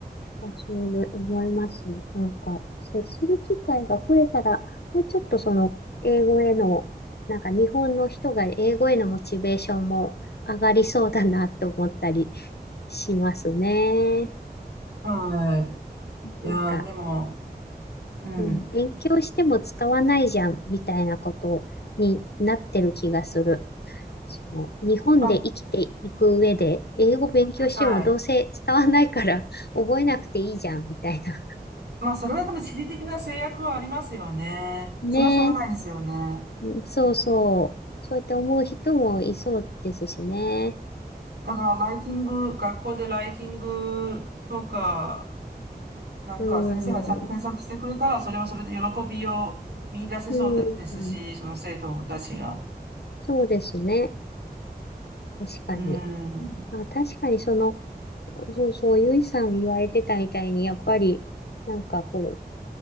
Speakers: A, on the left; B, on the right.
A: や、そうで思います。なんか、接する機会が増えたら、もうちょっとその、英語への、なんか日本の人が英語へのモチベーションも上がりそうだなって思ったりしますね。
B: はい。いやー、
A: なんか、
B: でも、うん。
A: うん、勉強しても使わないじゃん、みたいなことになってる気がする。その、日本で生きていく上で、
B: まあ、
A: 英語勉強してもどうせ使わないから覚えなくていいじゃん、
B: はい。
A: みたいな。
B: まあ、それはでも地理的な制約はありますよね。
A: ねえ。
B: それはしょうがないですよね。
A: うんそうそう。そうやって思う人もいそうですしね。
B: だから、ライティング、学校でライティングとか、なんか先生がちゃんと添削してくれたら、
A: うん。
B: それはそれで喜びを見出せそうだですし、
A: うん。
B: その生徒たちが。
A: そうですね。確かに。
B: うん。
A: まあ、確かにその、そうそう、ゆいさん言われてたみたいに、やっぱり、なんかこう、